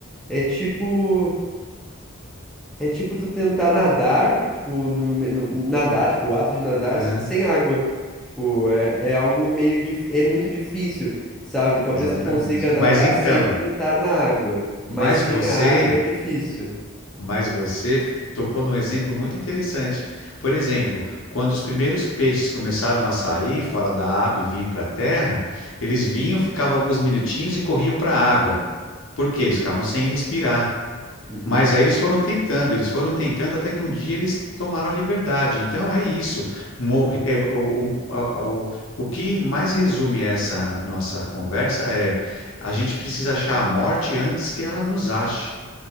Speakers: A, in the centre; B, on the left.
A: é tipo. É tipo tu tentar nadar, tipo, no, me- no- nadar, tipo, o ato de nadar
B: Aham.
A: s- sem água. Tipo, é, é algo meio dif- é muito difícil, sabe? Talvez
B: Exatamente.
A: tu consiga nadar
B: Mas então,
A: sem pensar na água,
B: mas
A: mas sem
B: você,
A: a água é difícil.
B: mas você tocou num exemplo muito interessante. Por exemplo, quando os primeiros peixes começaram a sair fora da água e vinham para a terra, eles vinham, ficavam alguns minutinhos e corriam para a água. Por quê? Eles ficavam sem respirar.
A: Uhum,
B: Mas aí eles foram tentando, eles foram tentando até que um dia eles tomaram a liberdade. Então é isso. Mor- é, o, o, a- o, o que mais resume essa nossa conversa é a gente precisa achar a morte antes que ela nos ache.